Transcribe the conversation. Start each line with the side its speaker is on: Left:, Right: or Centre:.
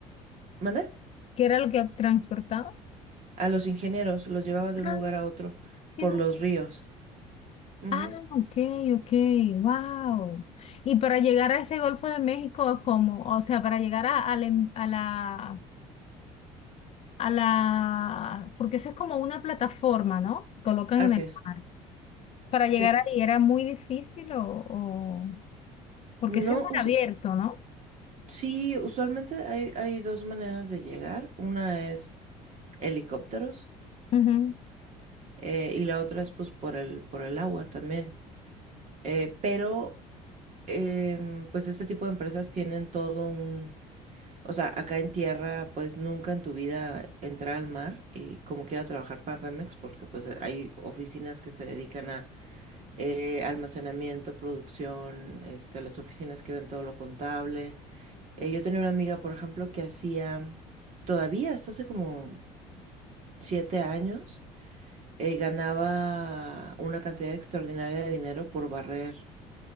Right: ¿Mandé?
Left: ¿Qué era lo que transportaba?
Right: A los ingenieros los llevaba de un
Left: Ah,
Right: lugar a otro
Left: qué
Right: por
Left: me-
Right: los ríos. Ujú,
Left: ah, ok, ok, wow. Y para llegar a ese Golfo de México, ¿cómo? O sea, para llegar a, a la, a la, porque eso es como una plataforma, ¿no? Que colocan
Right: Así
Left: en el
Right: es,
Left: mar. Para llegar
Right: sí.
Left: ahí era muy difícil o, o- porque
Right: No,
Left: eso es mar
Right: us-
Left: abierto, ¿no?
Right: sí, usualmente hay, hay dos maneras de llegar. Una es helicópteros
Left: Ujú.
Right: eh, y la otra es pues por el, por el agua también. Eh, pero, em, pues este tipo de empresas tienen todo un, o sea, acá en tierra, pues nunca en tu vida entrar al mar y como quiera trabajar para Pemex, porque pues eh, hay oficinas que se dedican a eh, almacenamiento, producción, este, las oficinas que ven todo lo contable. Eh, yo tenía una amiga, por ejemplo, que hacía, todavía, hasta hace como siete años, eh, ganaba una cantidad extraordinaria de dinero por barrer